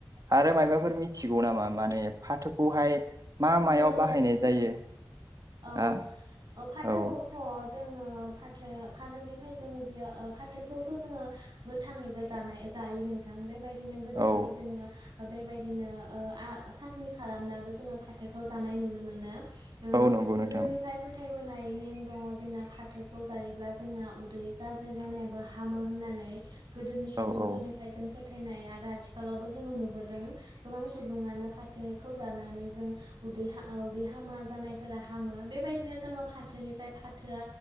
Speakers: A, on the right (about 50°); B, on the right (about 75°).
A: आरो मायाबाफोर मिथिगौ नामा माने फाथोखौहाय मा मायाव
B: नंगौ
A: बाहायनाय
B: नोंथां
A: जायो
B: औ
A: हा
B: फाथोखौथ'
A: औ
B: जोङो फाथो फाथोनिफ्राय जोङो जि फाथोखौथ' जोङो गोथाङैबो जानाय जायो नोंथां बेबायदिनो गोथाङै
A: औ
B: जोङो बेबायदिनो ओ आ साखनि खालामनाबो जोङो फाथोखौ जानाय नुनो मोनो ओ
A: औ नंगौ नोंथां
B: गोदोनिफ्राय फोथायबोनाय नेम दङ जोंना फाथोखौ जायोब्ला जों जोंना उदै गाज्रि जानायाबो हामो होननानै गोदोनि सुबुंफोरनिफ्राय
A: औ औ
B: जों फो फोथायनाय आरो आथिखालावबो जोङो नुबोदों गोबां सुबुङानो फाथोखौ जानानै जों उदै आ उदै हामा जानायफोरा फाहामो बेबायदिनो जोङो फाथोनिफ्राय फाथोआ